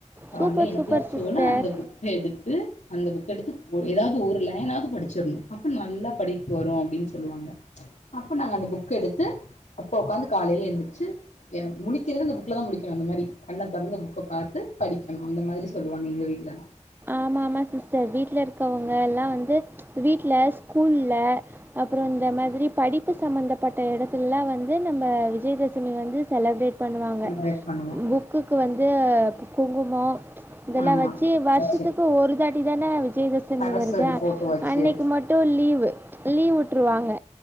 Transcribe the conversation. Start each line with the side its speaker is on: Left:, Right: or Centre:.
Left: காலா
Right: சூப்பர்
Left: எந்திரிசோன
Right: சூப்பர் சிஸ்டர்
Left: அந்த புக்க எடுத்து அந்த புக் எடுத்து ஏதாவது ஒரு லைனாவது படிச்சிட்னோ அப்ப நல்லா படிப்பு வரும் அப்டின்னு சொல்லுவாங்க அப்போ நாங்க அந்த புக் எடுத்து அப்போ உக்காந்து காலைல எந்திச்சு அ முளிக்கிறது இந்த புக்கலதா முளிக்குவே அந்த மாரி கண்ண துறந்த புக்க பாத்து படிக்கனோ அந்த மாரி சொல்வாங்க எங்க வீட்லல
Right: ஆமா ஆமா சிஸ்டர் வீட்ல இருக்கவங்க எல்லா வந்து வீட்ல ஸ்கூல்ல அப்றோ இந்த மாதிரி படிப்பு சம்மந்தப்பட்ட இடத்துல்லா வந் து நம்ம விஜயதசமி வந்து செலப்ரேட் பண்ணுவாங்க
Left: செலிப்ரேட் பண்ணுவோ
Right: புக்குக்கு வந்து குங்குமோ இதெல்லா
Left: ஆமா
Right: வச்சு வருஷத்துக்
Left: வச்சு
Right: ஒரு தாட்டி தானே விஜயதசமி
Left: சரஸ்வதி
Right: வருது அ
Left: போட்டோ வச்சு
Right: அன்னைக்கு மட்டு லீவு லீவ்வுட்ருவாங்க